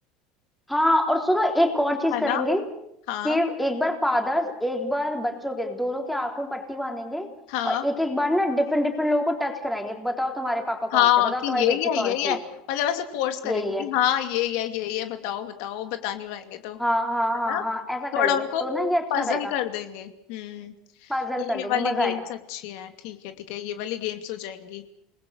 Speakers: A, in the centre; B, on the left (about 70°).
A: हाँ और सुनो एक और चीज
B: है
A: करेंगे
B: ना हाँ
A: कि एक बार फादर्स एक बार बच्चों के दोनों की आंखों में पट्टी बांधेंगे
B: हाँ
A: और एक एक बार ना डिफरेंट डिफरेंट लोगों को टच कराएंगे बताओ तुम्हारे पापा कौन
B: हाँ
A: से बताओ
B: कि
A: तुम्हारी
B: यही
A: बेटी
B: है
A: कौन
B: यही
A: सी
B: है
A: है
B: मतलब ऐसे फोर्स करेंगे
A: यही
B: कि
A: है
B: हाँ यही है यही है बताओ बताओ बता नहीं पाएंगे तो
A: हाँ हाँ
B: है
A: हाँ
B: ना
A: हाँ ऐसा कर
B: थोड़ा
A: लेंगे
B: उनको
A: तो ना ये अच्छा
B: पजल
A: रहेगा
B: कर देंगे हम्म
A: पजल
B: ये
A: कर देंगे
B: वाली
A: मजा
B: गेम्स
A: आएगा
B: अच्छी है ठीक है ठीक है ये वाली गेम्स हो जाएंगी